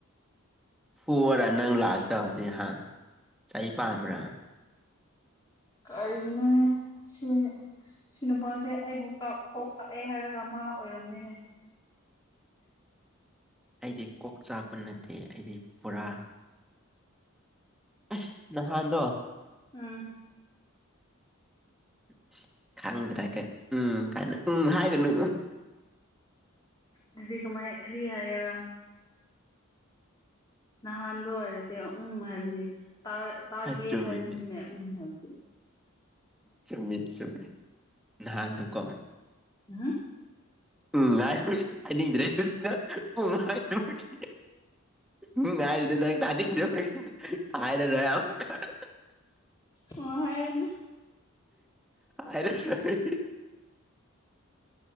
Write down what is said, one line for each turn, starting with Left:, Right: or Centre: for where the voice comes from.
Centre: ꯐꯨꯑꯣꯔꯥ ꯅꯪ ꯂꯥꯁꯇ ꯍꯧꯖꯤꯛ ꯍꯥ ꯆꯩ ꯄꯥꯝꯕ꯭ꯔꯥ
Left: ꯀꯔꯤꯅꯣꯅꯦ ꯁꯤ ꯁꯤ ꯅꯨꯨꯄꯥꯁꯦ ꯑꯩꯕꯨ ꯀꯣꯛ ꯆꯥꯛꯑꯦ ꯍꯥꯏꯔꯒ ꯃꯥ ꯑꯣꯏꯔꯝꯃꯤꯅꯦ
Centre: ꯑꯩꯗꯤ ꯀꯣꯛ ꯆꯥꯛꯄ ꯅꯠꯇꯦ ꯑꯩꯗꯤ ꯄꯨꯔꯥ ꯑꯁ ꯅꯍꯥꯟꯗꯣ
Left: ꯎꯝ
Centre: <inaudible> ꯈꯪꯗ꯭ꯔꯥꯒ ꯎꯝ ꯀꯥꯏꯅ ꯎꯝ ꯍꯥꯏꯒꯅꯨ
Left: ꯑꯗꯨꯤꯗꯤ ꯀꯃꯥꯏ ꯀ꯭ꯔꯤ ꯍꯥꯏꯌꯣꯔ ꯅꯍꯥꯟꯗ ꯑꯣꯏꯔꯗꯤ ꯎꯝ ꯍꯥꯏꯕꯅꯤ ꯇꯥꯒꯦ
Centre: ꯑ ꯆꯨꯝꯃꯤꯅꯦ
Left: ꯍꯥꯏꯕꯅꯤꯅꯦ ꯎꯝ ꯍꯥꯏꯕꯗꯤ
Centre: ꯆꯨꯝꯃꯤ ꯆꯨꯝꯃꯤ ꯅꯥꯍꯥꯟꯗꯣꯀꯣ
Left: ꯎꯝ
Centre: ꯎꯝ ꯉꯥꯏ ꯍꯥꯏꯅꯤꯡꯗ꯭ꯔꯦ ꯑꯗꯨ ꯎꯝ ꯍꯥꯏꯗꯕꯒꯤ ꯎꯝ ꯍꯥꯢꯗꯣ ꯅꯪ ꯇꯥꯅꯤꯡꯗꯥꯕꯒꯤ ꯍꯥꯏꯌꯣꯔ ꯑꯃꯨꯛꯀꯥ <inaudible>
Left: ꯑꯣ ꯍꯥꯏꯔꯅꯨ
Centre: ꯍꯥꯏꯔꯣꯢ